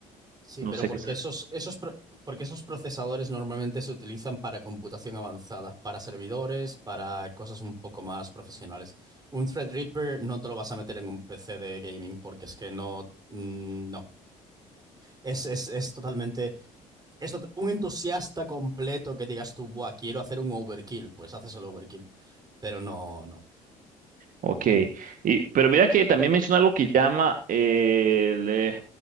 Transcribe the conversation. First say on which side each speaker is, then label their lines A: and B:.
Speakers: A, on the right; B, on the right.
A: Sí,
B: no
A: pero
B: sé
A: porque
B: qué es.
A: esos, esos, pro- porque esos procesadores normalmente se utilizan para computación avanzada, para servidores, para cosas un poco más profesionales. Un Threadripper no te lo vas a meter en un PC de gaming porque es que no, mm, no. Es, es, es totalmente. esto, un entusiasta completo que digas tú, Buah, quiero hacer un overkill, pues haces el overkill. Pero no, no.
B: Ok, y, pero mira que también menciona algo que llama eh, el eh,